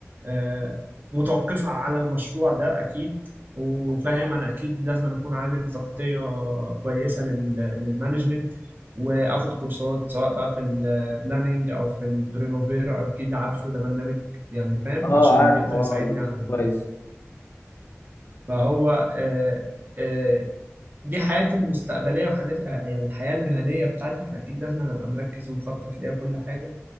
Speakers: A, on the right; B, on the left.
A: آه، متوقفة على المشروع ده أكيد وفاهم أنا أكيد لازم أنا أكون عامل تغطية كويسة لل- للمانجمنت وآخد كورسات سواء بقى في البلاننج أو في البرينوفير أكيد عارفه ده برنامج يعني فاهم
B: اه
A: عشان
B: عارف
A: يقدر
B: اه
A: يساعدني
B: بالله
A: على ال-
B: كويس
A: فهو آه، آه، دي حياتي المستقبليه وحياتي آه، يعني الحياه المهنيه بتاعتي فاكيد لازم انا ابقى مركز ومخطط ليها كل حاجه